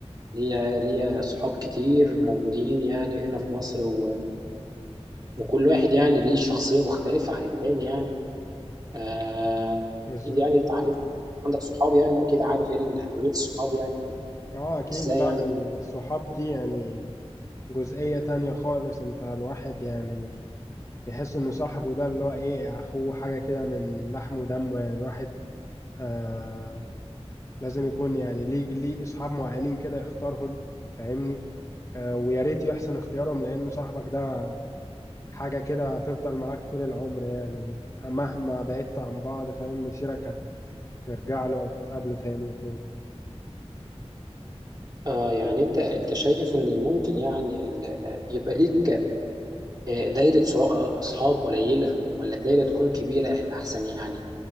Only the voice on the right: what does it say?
ليا ليا صحاب كتير موجودين يعني هنا في مصر و- وكل واحد يعني ليه شخصيه مختلفه عن التاني يعني آه،
اكيد يعني انت عارف عندك صحاب يعني واكيد عارف ايه ال- اهميه الصحاب يعني
ازاي
يعني
آه يعني انت انت شايف ان ممكن يعني ال- آه، يبقى ليك آه، دايره صع- اصحاب قليله ولا الدايره تكون كبيره الاحسن يعني